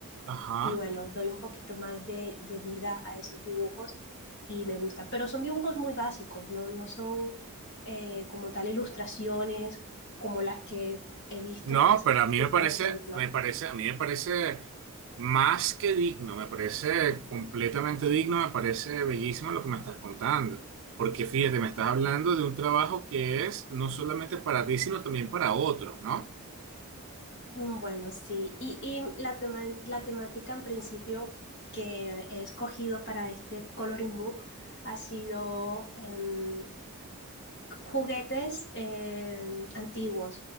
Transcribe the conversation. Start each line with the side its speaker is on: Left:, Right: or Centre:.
Right: Ajá.
Left: y bueno, doy un poquito más de, de vida a esos dibujos y me gusta. Pero son dibujos muy básicos, no, no son eh, como tal ilustraciones como las que he visto
Right: No,
Left: que haces
Right: pero a mí
Left: tú,
Right: me parece,
Left: por ejemplo.
Right: me parece, a mí me parece más que digno, me parece completamente digno, me parece bellísimo lo que me estás contando. Porque fíjate, me estás hablando de un trabajo que es no solamente para ti, sino también para otros, ¿no?
Left: Mm, Bueno, sí. Y, y la tema- la temática en principio que he escogido para este coloring book ha sido em, juguetes em, antiguos.